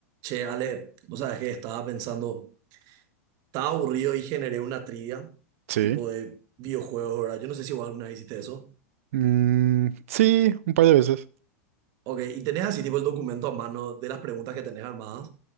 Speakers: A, on the right (about 50°); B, on the right (about 65°).
A: Che, Ale, vos sabés que estaba pensando, estaba aburrido y generé una trivia,
B: Sí.
A: tipo de videojuegos, ¿verdad? Yo no sé si vos alguna vez hiciste eso.
B: Mm, sí, un par de veces.
A: Ok, y tenés así, tipo, el documento a mano de las preguntas que tenés armadas.